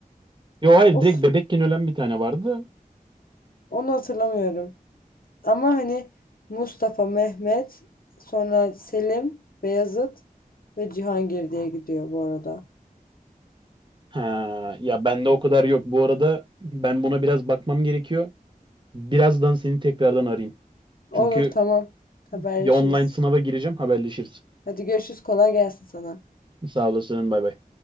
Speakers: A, on the right; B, on the left.
A: Yo hayır
B: Of
A: direkt bebekken ölen bir tane vardı.
B: onu hatırlamıyorum. Ama hani Mustafa, Mehmet, sonra Selim, Beyazıt ve Cihangir diye gidiyor bu arada.
A: Ha, ya bende o kadar yok. Bu arada ben buna biraz bakmam gerekiyor. Birazdan seni tekrardan arayayım.
B: Olur
A: Çünkü
B: tamam haberleşiriz.
A: bir online sınava gireceğim. Haberleşiriz.
B: Hadi görüşürüz kolay gelsin sana.
A: Sağ olasın. Bay bay.